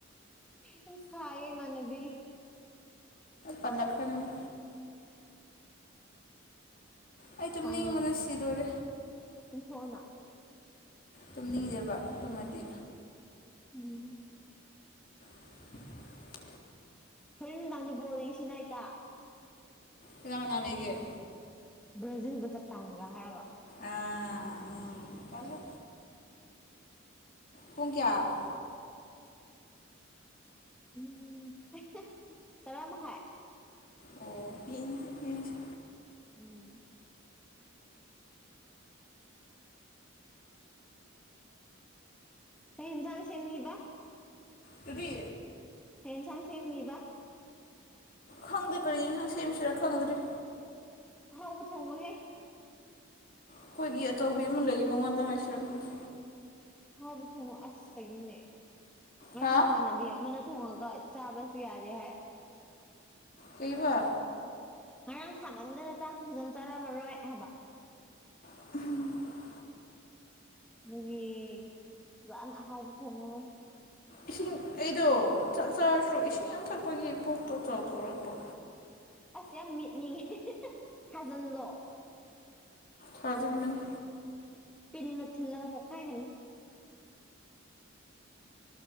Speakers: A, in the centre; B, on the left (about 45°).
A: ꯌꯥꯝ ꯁꯥꯏꯌꯦ ꯏꯃꯟꯅꯕꯤ
B: ꯄꯜꯂꯈ꯭ꯔꯅꯨꯗ ꯑꯩ ꯇꯨꯝꯅꯤꯡꯕꯅ
A: ꯈꯥꯡꯕ ꯂꯥꯛꯄꯅꯤ
B: ꯁꯤꯗꯣꯔꯦ
A: ꯇꯨꯝꯊꯣꯛꯑꯣꯅ
B: ꯇꯨꯝꯅꯤꯡꯗꯦꯕ ꯇꯨꯝꯃꯗꯤ
A: ꯎꯝ
B: <inaudible>
A: ꯍꯣꯔꯦꯟ ꯅꯨꯡꯗꯥꯡꯗꯤ ꯕꯣꯜ ꯌꯦꯡꯁꯤꯅ ꯏꯇꯥ
B: ꯀꯅꯥ ꯀꯅꯥ ꯂꯩꯒꯦ
A: ꯕ꯭ꯔꯥꯖꯤꯜꯒ ꯖꯄꯥꯟꯒ ꯍꯥꯏꯒ
B: ꯑꯥ ꯎꯝ ꯇꯜꯂꯦ ꯄꯨꯡ ꯀꯌꯥ
A: ꯎꯝ ꯇꯔꯥ ꯃꯈꯥꯏ
B: ꯑꯣ ꯌꯦꯡꯁꯦ ꯌꯦꯡꯁꯦ
A: ꯎꯝ ꯀꯩ ꯍꯦꯟꯖꯥꯡ ꯁꯦꯝꯃꯤꯕ
B: ꯀꯔꯤ
A: ꯀꯩ ꯍꯦꯟꯁꯥꯡ ꯁꯦꯝꯅꯤꯕ
B: ꯈꯪꯗꯦ ꯀꯔꯤ ꯁꯦꯝꯁꯤꯔ ꯈꯪꯗ꯭ꯔꯦ
A: ꯑꯍꯥꯎꯕ ꯊꯣꯡꯉꯣꯍꯦ
B: ꯑꯩꯈꯣꯏꯒꯤ ꯑꯆꯧꯕꯤ ꯑꯃ ꯂꯩꯌꯦ ꯃꯉꯣꯟꯗ ꯉꯥꯏꯁꯤꯔ ꯈꯪꯗꯦ
A: ꯍꯥꯎꯕꯤ ꯊꯣꯡꯉꯣ ꯑꯁ ꯀꯩꯅꯣꯅꯦ ꯉꯔꯥꯡ
B: ꯍꯥ
A: ꯅꯃꯥꯟꯅꯕꯤ ꯑꯃꯅ ꯊꯣꯡꯉꯒ ꯆꯥꯕꯁꯨ ꯌꯥꯗꯦ ꯍꯥꯏ
B: ꯀꯩꯕ
A: ꯉꯔꯥꯡ ꯁꯥꯒꯟꯗꯅ ꯆꯥꯛꯁꯨ ꯐꯖꯅ ꯆꯥꯔꯝꯃꯔꯣꯏ ꯍꯥꯏꯕ
B: <inaudible>
A: ꯑꯗꯨꯒꯤ ꯐꯖꯥꯅ ꯑꯍꯥꯎꯕ ꯊꯣꯡꯉꯣ
B: ꯏꯁꯤꯡ ꯑꯩꯗꯣ ꯆꯥꯛ ꯆꯥꯔꯁꯨ ꯏꯁꯤꯡ ꯌꯥꯝ ꯊꯛꯄꯒꯤ ꯄꯣꯛꯇꯣ ꯆꯥꯎꯊꯣꯔꯛꯄ
A: ꯑꯁ ꯌꯥꯝ ꯃꯦꯠꯅꯤꯡꯉꯤ ꯊꯥꯖꯜꯂꯣ
B: ꯊꯥꯖꯟꯕꯅꯤ
A: ꯄꯤꯟꯅ ꯊꯤꯜꯂꯒ ꯄꯣꯈꯥꯏ ꯍꯜꯂꯣ